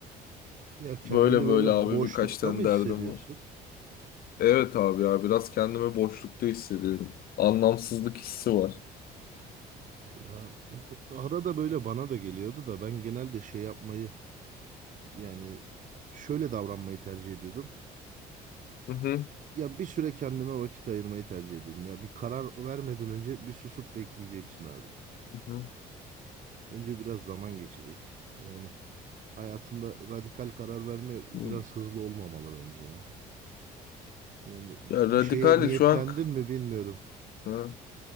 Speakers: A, on the right; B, on the left.
A: Ya kendini
B: Böyle
A: böyle
B: böyle abi
A: boşlukta
B: birkaç tane
A: mı hissediyorsun?
B: derdim var. Evet abi ya biraz kendimi boşlukta hissediyorum. Anlamsızlık hissi var.
A: Ya <clears throat> arada böyle bana da geliyordu da ben genelde şey yapmayı yani şöyle davranmayı tercih ediyordum.
B: Hı hı.
A: Ya bir süre kendime vakit ayırmayı tercih ediyordum. Ya bir karar vermeden önce bir susup bekleyeceksin abi.
B: Hı
A: Önce biraz zaman geçecek. Yani hayatında radikal karar verme biraz
B: hı.
A: hızlı olmamalı bence ya. Yani bir
B: Ya radikal
A: şeye niyetlendin
B: şu an
A: mi bilmiyorum.
B: Ha.